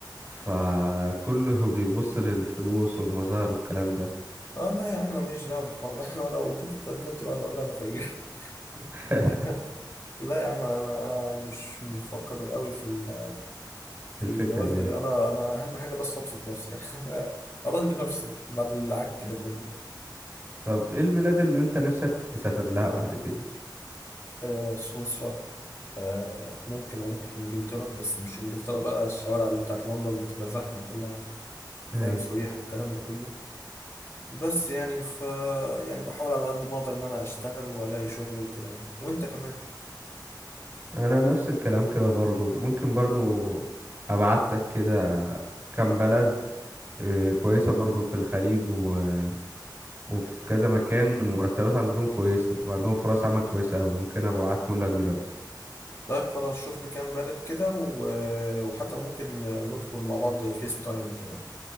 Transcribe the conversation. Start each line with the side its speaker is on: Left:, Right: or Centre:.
Right: فكله <laughs> بيبص للفلوس والمظاهر والكلام ده
Left: اه لا يا عم انا ماليش دعوه بالحوار ده <laughs> انا لو جيت اتقدمت لواحد اقول لها انا فقير
Right: <laughs>
Left: <laughs> لا يا عم انا انا مش بفكر قوي في ال- في
Right: الفكرة
Left: الجواز
Right: دي
Left: ده
Right: ايوه
Left: انا انا اهم حاجه بس ابسط نفسي يعني <laughs> انا ارضي نفسي بعد العك ده كله
Right: طب ايه البلاد اللي انت نفسك تسافر لها بعد كده
Left: آه سويسرا آه ممكن اروح انجلترا بس مش انجلترا بقى الشوارع بتاعت لندن بتبقى زحمه وكلها
Right: ايوه
Left: فاهم سياح والكلام ده كله بس يعني ف يعني بحاول على قد ما اقدر ان انا اشتغل والاقي شغل وكده يعني وانت كمان
Right: انا نفس الكلام كده برضو ممكن برضو ابعت لك كده كام بلد آه، كويسة برضو في الخليج و... وفي كذا مكان مرتبات عندهم كويسة وعندهم فرص عمل كويسة أوي ممكن أبقى أبعتهم لك دلوقتي
Left: طيب خلاص شوف لي كام بلد كده و... وحتى ممكن ندخل مع بعض فيس تايم كده